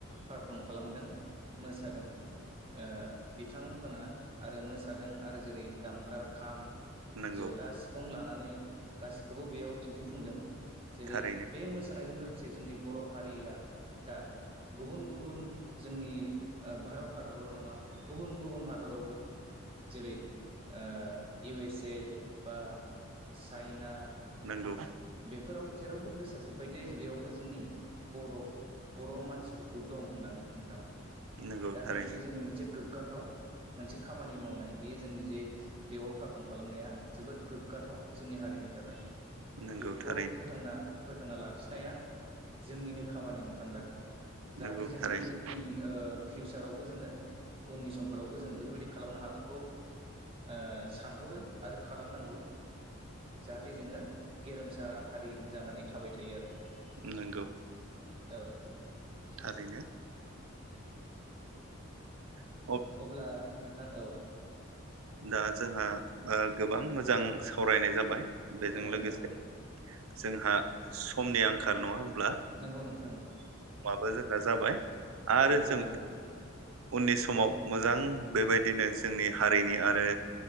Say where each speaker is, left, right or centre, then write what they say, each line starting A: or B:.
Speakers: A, on the right; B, on the right.
A: पारफर्म खालामदों मोसादों ओ बिथांमोना आरो मोसादों आरो जेरै दामग्रा खाम
B: नंगौ
A: जथा सिफुं लाना नानै गासैखौबो बेयाव दिन्थिफुंदों जेरै
B: थारैनो
A: बे मोसानायजों लोगो से जोंनि बर' हारिया दा गुबुन गुबुन जोंनि ओ भारत हादरावल' नङा गुबुन गुबुन हादरावबो जेरै ओ इउ एस ए बा चाइना
B: नोंगौ
A: बेफोराव जेरावबो गोसार जोबबाय देज बेयावबो जोंनि बर' बर' मानसिफोरखौ दं होननानै नोंथां
B: नंगौ
A: दा
B: थारैनो
A: जोङो बे जोंनि मोनसे गोग गाथाव मोनसे खामानि मावनाय बेयो जोंनि जे बेयाव पारफर्म खालामनाया जोबोद गोग्गाथाव जोंनि हारिनि थाखाय
B: नंगौ
A: बेफोरखौ
B: थारैनो
A: फोथांना फोथांना लाखिनाया जोंनिनो खामानि नोंथां दा जाहाथे
B: नंगौ
A: जोंनि
B: थारैनो
A: पिउ इन ओ फिउसारावबो जोङो उननि समफोरावबो जोङो बेफोरबायदि खालामनो हागोनखौ ओ सानहरो आरो खालामनांगौ जाहाथे जोङो गेरेमसा हारि होन जानानै थाबाय थायो आरो नोंथां
B: नंगौ
A: औ नोंथां
B: थारैनो <inaudible>
A: अब्ला नोंथां औ
B: दा जोंहा ओ गोबां मोजां सावरायनाय जाबाय बेजों
A: औ नोंथां
B: लोगोसे
A: औ
B: जोंहा समनि आंखाल नङा होम
A: नंगौ नोंथां औ
B: बो जोंहा जाबाय आरो
A: औ
B: जों
A: जाबाय नोंथां
B: उननि समाव मोजां बेबायदिनो जोंनि हारिनि आरो